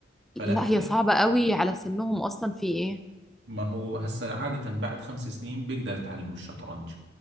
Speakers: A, on the right; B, in the centre.
A: فلا
B: لا
A: بدي
B: هي صعبة
A: أ-
B: قوي على سنهم اصلا في ايه
A: ما هو هسا عادة بعد خمس سنين بيقدر يتعلموا الشطرنج